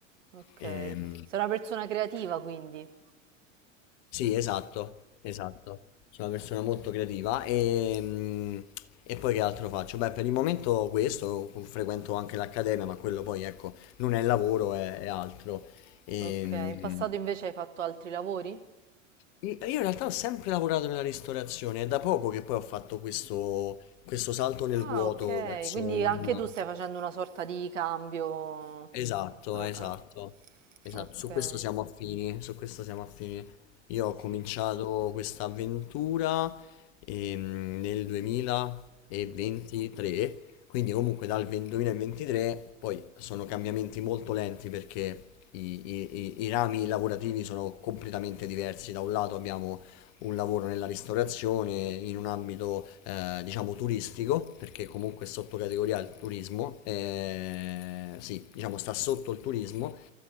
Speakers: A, on the right; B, on the left.
A: ok.
B: Ehm,
A: Sei una persona creativa quindi.
B: sì, esatto, esatto. Sono una persona molto creativa e, mm, e poi che altro faccio? Beh, per il momento questo, frequento anche l'accademia, ma quello poi, ecco, non è lavoro, è, è altro. E,
A: Ok,
B: mm,
A: in passato invece hai fatto altri lavori?
B: io io in realtà ho sempre lavorato nella ristorazione, è da poco che poi ho fatto questo, questo salto nel
A: Ah,
B: vuoto
A: ok,
B: verso
A: quindi
B: una...
A: anche tu stai facendo una sorta di cambio.
B: Esatto,
A: Ah,
B: esatto,
A: ah,
B: esatto,
A: ok.
B: su questo siamo Mm. affini, su questo siamo affini. Io
A: Sì.
B: ho cominciato questa avventura ehm, nel 2023, quindi comunque dal 20 2023 poi sono cambiamenti molto lenti perché i, i- i- i rami lavorativi sono completamente diversi. Da un lato abbiamo un lavoro nella ristorazione in un ambito eh, diciamo turistico, perché comunque è sottocategoria al turismo, eh, sì, diciamo sta sotto il turismo,